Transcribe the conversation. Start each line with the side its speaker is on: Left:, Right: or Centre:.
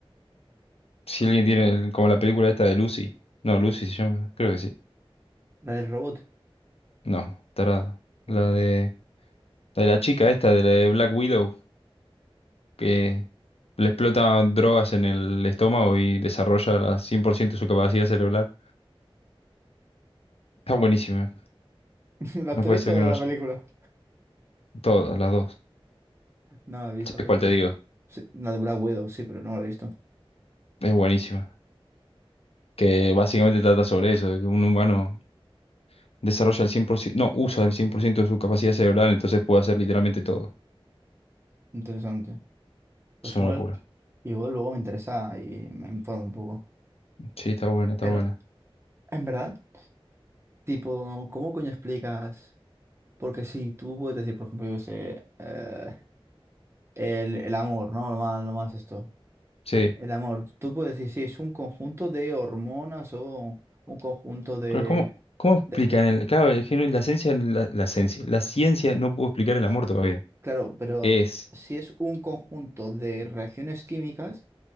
Left: Si alguien tiene, como la película esta de Lucy. No, Lucy se llama, creo que sí.
Right: ¿La del robot?
Left: No, tarada.
Right: Pues
Left: La
Right: no
Left: de,
Right: sé.
Left: la de la chica esta, de la de Black Widow, que le explota drogas en el estómago y desarrolla al 100% su capacidad cerebral. Está buenísima.
Right: <laughs> ¿La
Left: No
Right: actriz
Left: puede ser
Right: o
Left: que no
Right: la
Left: haya.
Right: película?
Left: Todas, las dos.
Right: No la he visto
Left: ¿Sabes
Right: la
Left: cuál
Right: película.
Left: te digo?
Right: Sí, la de Black Widow, sí, pero no la he visto.
Left: Es buenísima. Que básicamente trata sobre eso, de que un humano desarrolla el 100% no, usa el 100% de su capacidad cerebral, entonces puede hacer literalmente todo.
Right: Interesante. Pues
Left: Es
Right: igual,
Left: una locura.
Right: igual luego me interesa y me informo un poco.
Left: Sí, está buena, está
Right: Pero,
Left: buena.
Right: en verdad, tipo, ¿cómo coño explicas? Porque si tú puedes decir, por ejemplo, yo qué sé, eh, el, el amor, ¿no? Lo más, lo más esto.
Left: Sí.
Right: El amor. Tú puedes decir, sí, es un conjunto de hormonas o un conjunto de...
Left: Pero ¿cómo, cómo explican
Right: de...
Left: el, claro, es que no- la esencia, la, la esencia, la ciencia no pudo explicar el amor todavía.
Right: Claro, pero
Left: Es.
Right: si es un conjunto de reacciones químicas